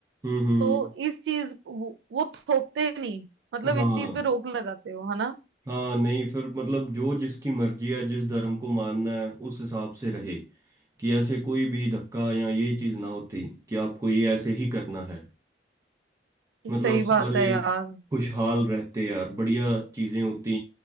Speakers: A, on the right; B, on the right.
A: हम्म हम्म
B: तो इस चीज वो, वो थोपते नहीं मतलब
A: हाँ
B: इस चीज पे रोक लगाते हो है ना
A: हाँ नहीं फिर मतलब जो जिसकी मर्जी है जिस धर्म को मानना है उस हिसाब से रहे कि ऐसे कोई भी धक्का या ये चीज ना होती कि आपको ये ऐसे ही करना है मतलब
B: सही बात
A: सारे
B: है यार
A: खुशहाल रहते यार बढ़िया चीजें होती